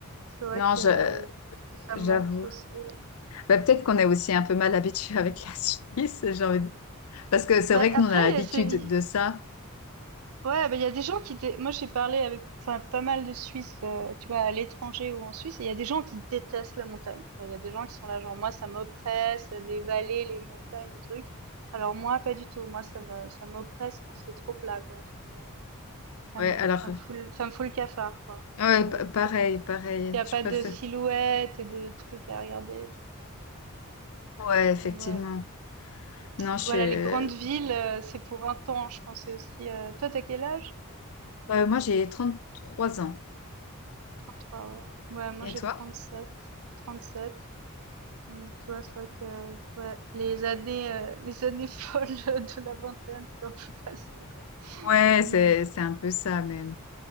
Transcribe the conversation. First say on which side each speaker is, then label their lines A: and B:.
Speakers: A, on the right; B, on the left.
A: c'est vrai
B: Non,
A: que
B: je-
A: ça
B: j'avoue.
A: me manque aussi. ouais.
B: Bah, peut-être qu'on
A: Ouais.
B: est aussi un peu mal habitué avec la Suisse, j'ai envie de dire. Parce que c'est
A: Bah
B: vrai que
A: après
B: nous, on a l'habitude
A: c'est
B: de ça.
A: Ouais, bah, il y a des gens qui dé- moi j'ai parlé avec enfin pas mal de Suisses euh, tu vois à l'étranger ou en Suisse et il y a des gens qui détestent la montagne. Enfin, Il y a des gens qui sont là genre moi ça m'oppresse les vallées, les montagnes, les trucs. Alors moi pas du tout, moi ça me ça m'oppresse quand c'est trop plat quoi, ça me ça
B: Ouais,
A: me
B: alors,
A: ça me fout le- ça me fout le cafard quoi.
B: ouais,
A: Quand, Euh,
B: pa- pareil,
A: S'il y a,
B: pareil,
A: s'il y a
B: je
A: pas
B: préfère.
A: de silhouettes et de trucs à regarder, tu vois.
B: Ouais, effectivement.
A: Donc voilà.
B: Non,
A: Voilà
B: je suis. euh,
A: les grandes villes, euh, c'est pour un temps, je pensais aussi. euh, Toi, t'as quel âge?
B: euh, moi, j'ai 33 ans.
A: 33, ouais. Ouais, moi
B: Et
A: j'ai
B: toi?
A: 37. 37. Donc, tu vois, c'est vrai que ouais, les années, euh, les années <laughs> folles de la vingtaine, c'est un peu passé, quoi.
B: Ouais, c'est,
A: Mais...
B: c'est un peu ça, mais.